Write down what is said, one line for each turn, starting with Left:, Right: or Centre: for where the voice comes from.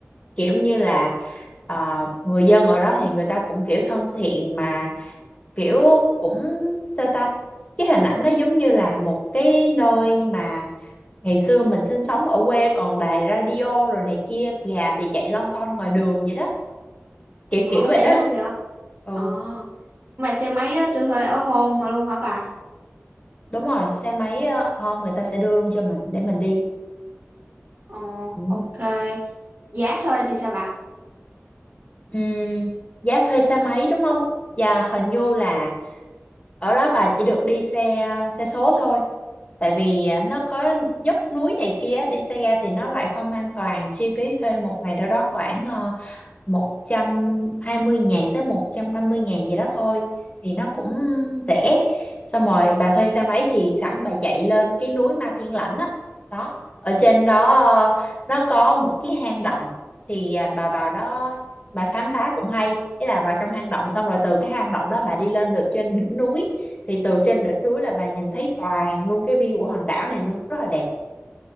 Left: kiểu như là ờ, người dân ở đó thì người ta cũng kiểu thân thiện mà kiểu cũng sao ta cái hình ảnh nó giống như là một cái nơi mà ngày xưa mình sinh sống ở quê còn đài radio rồi này kia gà thì chạy lon ton ngoài đường vậy đó kiểu
Right: Ờ,
Left: kiểu vậy
Right: dễ
Left: đó
Right: thương vậy.
Left: ừ
Right: Ờ, mà xe máy á, tôi thuê ở home mà luôn hả bà?
Left: đúng rồi xe máy ờ, hôm người ta sẽ đưa luôn cho mình để mình đi
Right: Ờ,
Left: ừ.
Right: ok. Giá thuê thì sao bà?
Left: Ừm, giá thuê xe máy đúng không và hình như là ở đó bà chỉ được đi xe xe số thôi tại vì à, nó có dốc núi này kia đi xe ga thì nó lại không an toàn chi phí thuê một ngày đâu đó khoảng ờ, 120 ngàn tới 150 ngàn gì đó thôi thì nó cũng rẻ xong rồi bà thuê xe máy thì sẵn bà chạy lên cái núi Ma Thiên Lãnh á đó ở trên đó ờ, nó có một cái hang động thì à, bà vào đó bà khám phá cũng hay ý là vào trong hang động xong rồi từ cái hang động đó bà đi lên được trên đỉnh núi thì từ trên đỉnh núi là bà nhìn thấy toàn luôn cái view của hòn đảo này luôn rất là đẹp